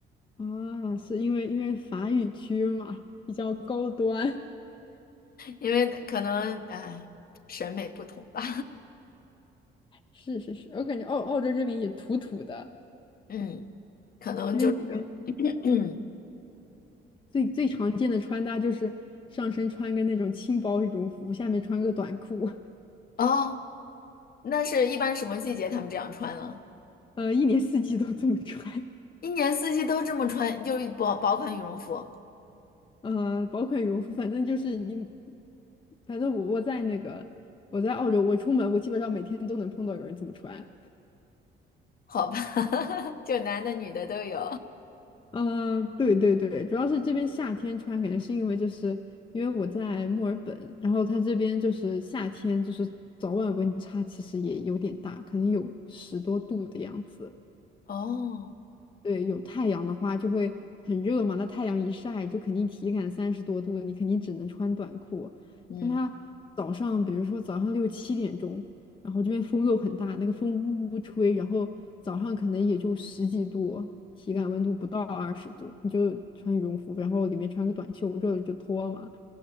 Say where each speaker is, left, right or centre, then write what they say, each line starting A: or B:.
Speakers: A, on the left (about 25°); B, on the left (about 50°).
A: 啊，是因为因为法语区嘛，比较高端。
B: 因为可能哎审美不同吧，
A: 是是是，我感觉澳澳洲这边也土土的，
B: <laughs> 嗯，可能就是
A: 因为这边
B: <clears throat>
A: 最最常见的穿搭就是上身穿个那种轻薄羽绒服，下面穿个短裤，
B: 哦，那是一般什么季节他们这样穿呢？
A: 呃，一年四季都这么穿，
B: 一年四季都这么穿，就是薄薄款羽绒服。
A: 呃，薄款羽绒服，反正就是你，反正我我在那个我在澳洲，我出门我基本上每天都能碰到有人这么穿，
B: <laughs> 好吧，<laughs> 就男的女的都有。
A: 呃，对对对，主要是这边夏天穿，感觉是因为就是因为我在墨尔本，然后它这边就是夏天就是早晚温差其实也有点大，可能有十多度的样子。
B: <laughs> 哦，
A: 对，有太阳的话就会很热嘛，那太阳一晒就肯定体感三十多度，你肯定只能穿短裤。
B: 嗯，
A: 但它早上，比如说早上六七点钟，然后这边风又很大，那个风呜呜吹，然后早上可能也就十几度，体感温度不到二十度，
B: 嗯
A: 你就穿羽绒服，然后里面穿个短袖，热了就脱嘛。